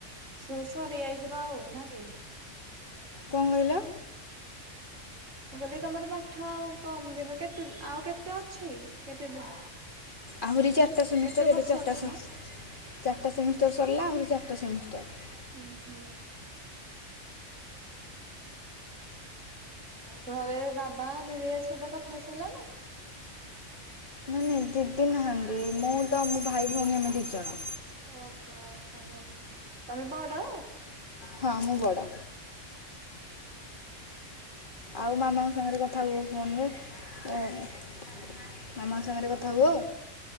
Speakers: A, on the right (about 75°); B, on the left (about 40°).
A: ସୁ ସରି ଯାଇଯିଇଚି ପା ଆଉ ନା କି।
B: କଁ କହିଲ।
A: ମୁଁ କହିଲି ତମର ପାଠ ଆଉ କମ ଦିନ କେତେ ଦି ଆଉ କେତେ ଅଛି କେତେ ଦିନ।
B: ଆହୁରି ଚାରିଟା ସେମିଷ୍ଟାର
A: କେତେ ବର୍ଷ
B: ଏବେ ଚାରିଟା
A: ଅଛି
B: ସହ
A: ମ?
B: ଚାରିଟା ସେମିଷ୍ଟାର। ସରିଲା ଆହୁରି ଚାରିଟା ସେମିଷ୍ଟାର।
A: ହୁଁ ହଁ। ଆଉ ଘରେ ବାବା ଦିଦି ଏ ସହିତ କଥା ହେଇସାରିଲନି।
B: ନାଇଁ ନାଇଁ ଦିଦି ନାହାନ୍ତି ମୁଁ ତ ମୋ ଭାଇ ଭଉଣୀ ଆମେ ଦି ଜଣ।
A: ଓହୋ ତମେ ତମେ ବଡ଼।
B: ହଁ ମୁଁ ବଡ଼।
A: ଓହୋ।
B: ଆଉ ମାମାଙ୍କ ସାଙ୍ଗରେ କଥା ହୁଅ ଫୋନରେ ମାମାଙ୍କ ସାଙ୍ଗରେ କଥା ହୁଅ?